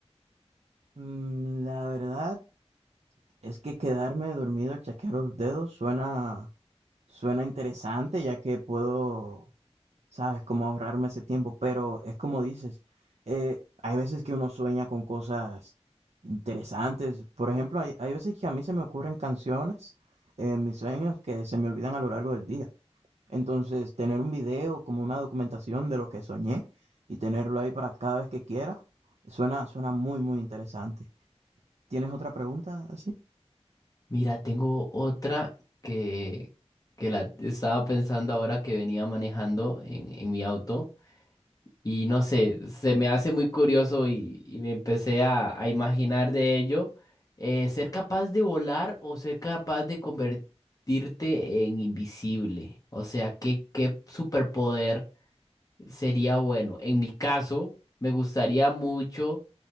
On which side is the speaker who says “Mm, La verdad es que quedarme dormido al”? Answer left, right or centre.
Right